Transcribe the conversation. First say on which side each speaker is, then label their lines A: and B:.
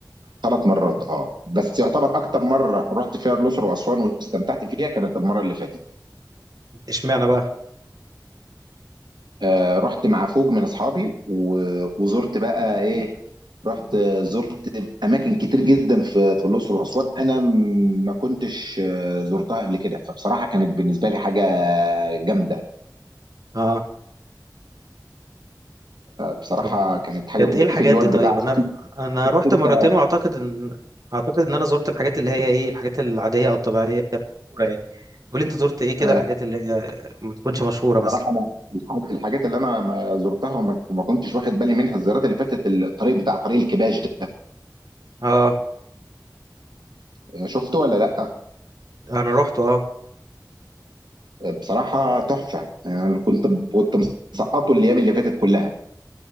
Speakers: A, on the right; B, on the right.
A: ثلاث مرات اه بس يعتبر اكتر مره رحت فيها الاقصر واسوان واستمتعت فيها كانت المره اللي فاتت
B: اشمعنى بقى؟
A: آه، رحت مع فوج من اصحابي و- وزرت بقى ايه رحت آه، زرت اماكن كتير جدا في في الاقصر واسوان انا م- ما كنتش آه، زرتها قبل كده فبصراحه كانت بالنسبه لي حاجه جامده
B: اه
A: بصراحه
B: طب
A: كانت حاجه
B: كانت
A: كنت
B: ايه الحاجات
A: في اللي
B: دي
A: هو البتاع
B: طيب؟ انا
A: <laughs> شفت
B: انا رحت
A: انت
B: مرتين واعتقد ان اعتقد ان انا زرت الحاجات اللي هي ايه الحاجات العادية او الطبيعية المشهورة يعني قول لي انت زرت ايه كده
A: آه،
B: الحاجات اللي هي ما تكونش مشهورة مثلا
A: بصراحه انا الح- الحاجات اللي انا ما زرتها وما وما كنتش واخد بالي منها الزيارات اللي فاتت الطريق بتاع طريق الكباش ده
B: اه
A: آه، شفته ولا لا
B: انا رحت اه
A: آه، بصراحه تحفه انا يعني كنت كنت مسقطه الايام اللي فاتت كلها